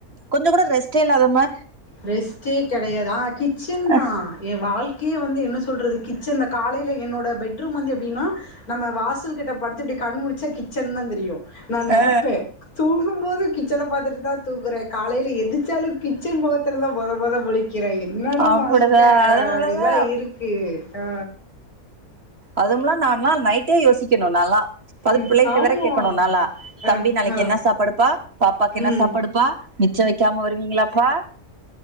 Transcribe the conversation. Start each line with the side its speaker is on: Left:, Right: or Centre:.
Right: கொஞ்ச கூட ரெஸ்டே இல்லாத மா
Left: ரெஸ்ட்டே கெடையாது ஆ கிச்சன்
Right: அ
Left: தா எ வாழ்கையே வந்து என்ன சொல்றது கிச்சன் தா காலையில என்னோட பெட்ரூம் வந்து எப்டின்னா நம்ம வாசல் கிட்ட படுத்து இப்டி கண் முழிச்சா கிச்சன் தா தெரியு நா நெனப்பே
Right: அ
Left: தூங்கும் போது கிச்சன பாத்துட்டு தா தூங்குறே காலைல எந்துச்சாலு கிச்சன் மொகத்துல தா மொத மொத முழிக் கிற என்னடா
Right: அப்டிதா
Left: வாழ்க்க
Right: அதனாலதா
Left: அப்டிதா இருக்கு ஆ
Right: அதும்லா நான்லா நைட்டே யோசிக்கணு நாலா பது
Left: ம்
Right: பிள்ளைட்ட
Left: ஆமா
Right: வேற கேக்கணு நாலா தம்பி
Left: ஆ
Right: நாளைக்கி
Left: ஆ
Right: என்ன சாப்பாடுப்பா பாப்பாக்கு என்ன
Left: ம்
Right: சாப்பாடுப்பா மிச்ச வெக்காம வருவீங்களாப்பா